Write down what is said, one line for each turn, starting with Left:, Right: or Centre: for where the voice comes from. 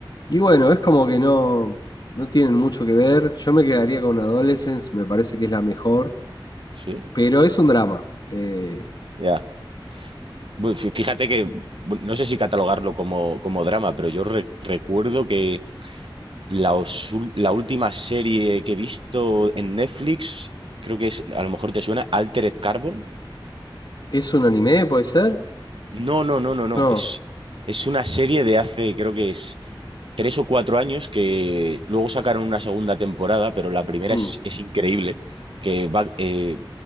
Left: y bueno, es como que no, no tienen mucho que ver. Yo me quedaría con Adolescence, me parece que es la mejor,
Right: ¿Sí?
Left: pero es un drama. Eh,
Right: Ya. Bueno, fí- Fíjate que bueno, no sé si catalogarlo como, como drama, pero yo re- recuerdo que la, osul- la última serie que he visto en Netflix, creo que es, a lo mejor te suena, Altered Carbon.
Left: ¿es un anime, puede ser?
Right: No, no, no, no, no.
Left: No.
Right: Es, es una serie de hace, creo que es tres o cuatro años que luego sacaron una segunda temporada, pero la primera
Left: Mm,
Right: es, es increíble, que va, eh,